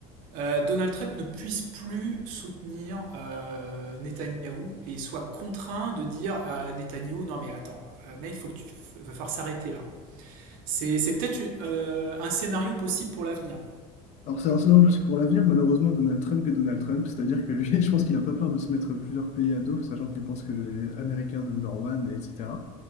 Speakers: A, on the right (about 75°); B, on the left (about 55°).
A: euh, Donald Trump ne puisse plus soutenir euh, Netanyahou et soit contraint de dire à Netanyahou non mais attends euh, mec faut que tu va falloir s'arrêter là. C'est c'est peut-être euh, un scénario possible pour l'avenir.
B: Alors, c'est un scénario plus pour l'avenir, malheureusement, Donald Trump est Donald Trump. C'est-à-dire que lui, <laughs> je pense qu'il n'a pas peur de se mettre plusieurs pays à dos, sachant qu'il pense que les Américains number one, et etc.